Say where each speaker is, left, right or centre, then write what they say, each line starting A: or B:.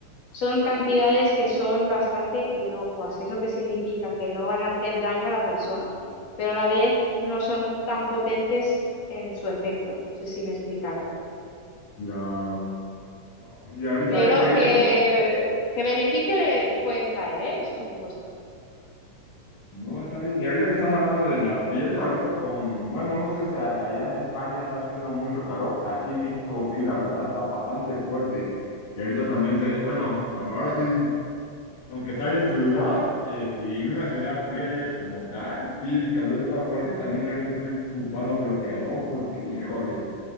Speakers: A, on the left; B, on the left.
A: son cantidades que son bastante inocuas. ¿Eso qué significa? Que no van a hacer daño a la persona, pero a la vez no son tan potentes en su efecto. No sé si me he explicado.
B: Claro. No, Y ahorita,
A: Pero
B: y ahí
A: que,
B: acá
A: que beneficio le pueden traer, ¿eh? Eso por supuesto.
B: No, está bien. Y ahorita que estás hablando de la piel, ahorita con, bueno, no sé si a- allá en España está haciendo mucho calor, aquí en México sí, la verdad está bastante fuerte. Y ahorita también se, bueno, tam- ahora sí, aunque está en ciudad, este, y en una ciudad fría de hecho como tal, sí, el calor está fuerte y también ahorita estoy ocupando bloqueador porque, híjole,